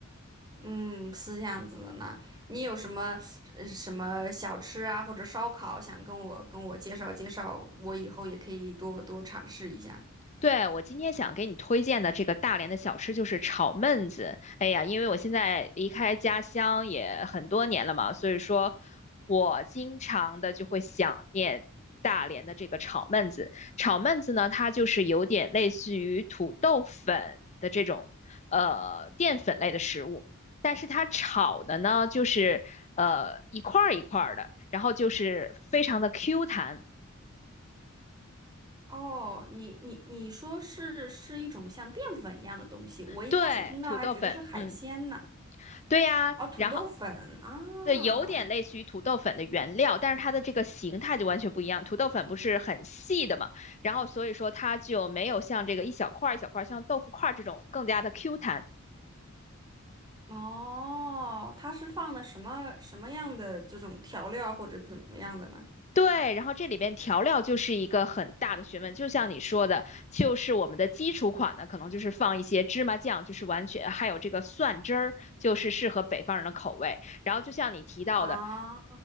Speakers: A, on the right; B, on the left.
A: 嗯，是这样子的呢。你有什么呃什么小吃啊，或者烧烤，想跟我跟我介绍介绍，我以后也可以多多尝试一下。
B: 对，我今天想给你推荐的这个大连的小吃就是炒焖子。哎呀，因为我现在离开家乡也很多年了嘛，所以说我经常的就会想念大连的这个炒焖子。炒焖子呢，它就是有点类似于土豆粉的这种呃淀粉类的食物，但是它炒的呢就是呃一块儿一块儿的，然后就是非常的 Q 弹。
A: 哦，你你你说是是一种像淀粉一样的东西，我一开始听到还觉得是海鲜呢。
B: 对，土豆粉，嗯，对呀，
A: 哦，土豆粉啊，
B: 然后。对，有点类似于土豆粉的原料，但是它的这个形态就完全不一样。土豆粉不是很细的嘛，然后所以说它就没有像这个一小块儿一小块儿，像豆腐块儿这种更加的 Q 弹。
A: 哦，它是放的什么什么样的这种调料或者怎么样的呢？
B: 对，然后这里边调料就是一个很大的学问，就像你说的，就是我们的基础款呢，可能就是放一些芝麻酱，就是完全还有这个蒜汁儿，就是适合北方人的口味。然后就像你提到的，
A: 啊。